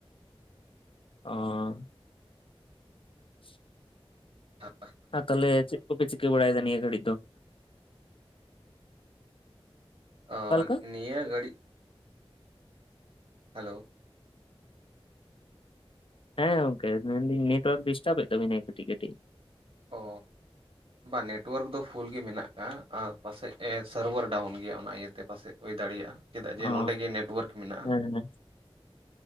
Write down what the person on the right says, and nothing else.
ᱦ <unintelligible>
ᱚ
ᱱᱤᱭᱟᱹ ᱜᱷᱟᱹᱲᱤᱡ ᱦᱮᱞᱳ
ᱚ ᱵᱟ ᱱᱮᱴᱣᱟᱨᱠ ᱫᱚ ᱯᱷᱩᱞ ᱜᱮ ᱢᱮᱱᱟᱜ ᱟᱠᱟᱫ ᱟᱨ ᱯᱟᱥᱮᱡ ᱥᱟᱨᱵᱷᱟᱨ ᱰᱟᱣᱩᱱ ᱜᱮᱭᱟ ᱚᱱᱟ ᱤᱭᱟᱹᱛᱮ ᱯᱟᱥᱮᱡ ᱦᱩᱭ ᱫᱟᱲᱮᱭᱟᱜ-ᱟ ᱪᱮᱫᱟᱜ ᱡᱮ
ᱱᱚᱸᱰᱮ ᱜᱮ ᱱᱮᱴᱣᱟᱨᱠ ᱢᱮᱱᱟᱜ-ᱟ